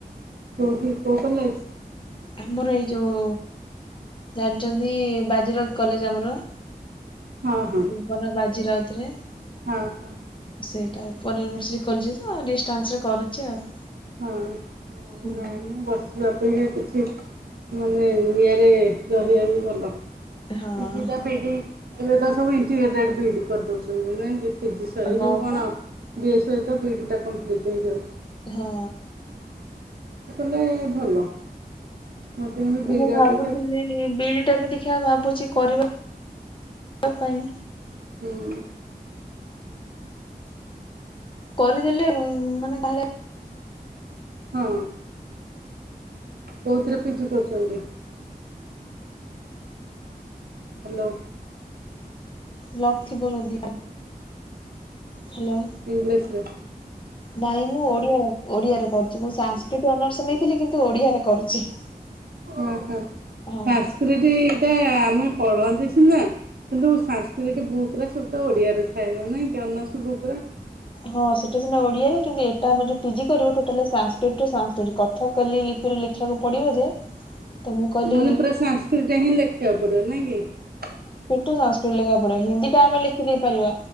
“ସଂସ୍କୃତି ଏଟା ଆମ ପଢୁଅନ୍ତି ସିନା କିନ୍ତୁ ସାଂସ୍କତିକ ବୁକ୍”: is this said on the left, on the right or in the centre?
Right